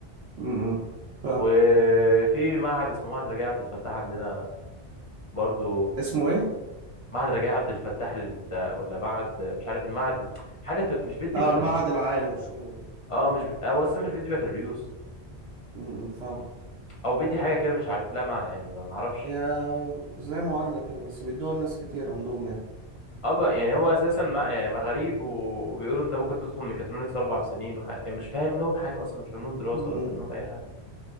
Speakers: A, on the right (about 75°); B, on the left (about 40°).
A: امم فاهم
B: وفي معهد اسمه معهد رجاء عبد الفتاح عندنا برضو
A: اسمه ايه
B: معهد رجاء عبد الفتاح لل- ولا معهد مش عارف المعهد حاجه ت... مش بيدي
A: اه
B: بكالوريوس
A: المعهد العالي والشغل ده
B: اه مش ب... هو اساسا مش بيدي بكالوريوس
A: امم فاهم
B: او بيدي حاجه كده مش عارف لها معنى يعني ما ما اعرفش
A: هي زي معادله كده بس بيدوها لناس كتير عندهم يعني
B: اه بقى يعني هو اساسا ما يعني ما غريب وبيقولوا انت ممكن تدخل ميكاترونكس اربع سنين وح... يعني مش فاهم لهم حاجه اصلا مش فاهم لهم دراسه
A: امم
B: ولا فاهم لهم اي حاجه